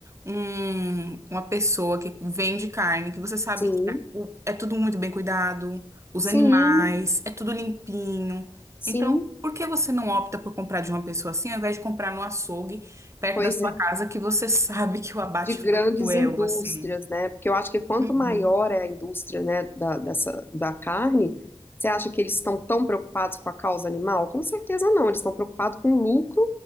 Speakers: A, on the right; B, on the left.
A: um- uma pessoa que vende carne, que você sabe
B: sim,
A: que a- o- é tudo muito bem cuidado, os
B: sim,
A: animais, é tudo limpinho.
B: sim.
A: Então, por que você não opta por comprar de uma pessoa assim, ao invés de comprar no açougue, perto
B: Pois
A: da sua
B: é.
A: casa, que você sabe que o abate
B: de grandes
A: foi cruel,
B: indústrias,
A: assim?
B: né? Porque eu acho que quanto
A: Uhum.
B: maior é a indústria, né, da, dessa, da carne, você acha que eles estão tão preocupados com a causa animal? Com certeza não, eles estão preocupados com o lucro,